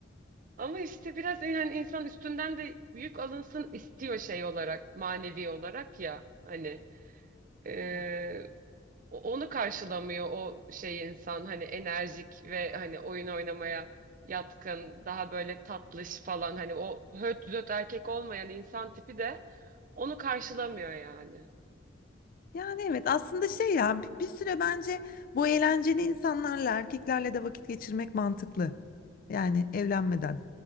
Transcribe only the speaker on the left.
Evet.
Yani evet aslında şey ya bir, bir süre bence bu eğlenceli insanlarla erkeklerle de vakit geçirmek mantıklı. Yani evlenmeden.